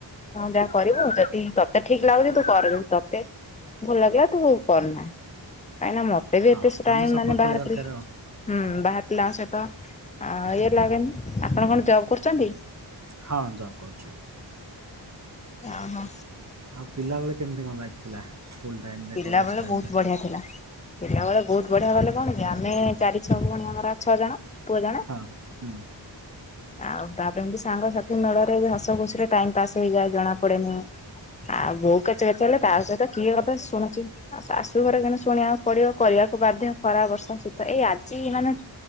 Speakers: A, on the left (about 15°); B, on the right (about 35°).
A: ଯାହା କରିବୁ ଯଦି ତତେ ଠିକ୍ ଲାଗୁଛି ତୁ କରେ। ତତେ ଭଲ ଲାଗିଲା ତତୁ କରନା। କାହିଁକନା ମତେ ଏେ ବି
B: ହଁ
A: ଏତ
B: ସ୍ୱାମୀ
A: ଟାଇ
B: ସପୋର୍ଟ
A: ମାନେ ବାହାର
B: କରିବା ଦରକାର
A: <unintelligible>
B: ଆଉ।
A: ହୁଁ ବାହାର ପିଲା ସହିତ ଇଏ ଲାଗେନି। ଆପଣ କଣ ଜବ୍ କରୁଛନ୍ତି?
B: ହଁ ଜବ୍ କରୁଛି।
A: ଅ ହୋ।
B: ଆଉ ପିଲାବେଳେ କେମିତି କଣ ଲାଗିଥିଲା ଲାଇଫ ଥିଲା? ସ୍କୁଲ ଟାଇମରେ
A: ପିଲା
B: କଲେଜ
A: ବେଳେ
B: ଟାଇମରେ?
A: ବହୁତ ବଢିଆ ଥିଲା। ପିଲାବେେଳେ
B: ଆଚ୍ଛା
A: ବହୁତ ବଢିଆ ମାନେ କଣ କି ଆମେ ଚାରି ଛଅ ଭଉଣୀ ଆମର ଛଅ ଜଣ ପୁଅ ଜଣେ
B: ହଁ ହୁଁ।
A: ଆଉ ତାପରେ ଏମିତି ସାଙ୍ଗସାଥି ମେଳରେ ହସ ଖୁସି ରେ ଟାଇମ ପାସ୍ ହେଇଯାଏ ଜଣା ପଡେନି। ଆଉ ବୋଉକେ କେଚେ କେଚେ ହେଲେ ତା ସହିତ କିଏ କଥା ଶୁଣୁଛି। ଆଉ ଶାଶୁଘରେ କିନ୍ତୁ ଶୁଣିବାକୁ ପଡିବ। କରିବାକୁ ବାଧ୍ୟ ଖରା ବର୍ଷା ଶୀତ ଏଇ ଆଜି ମାନେ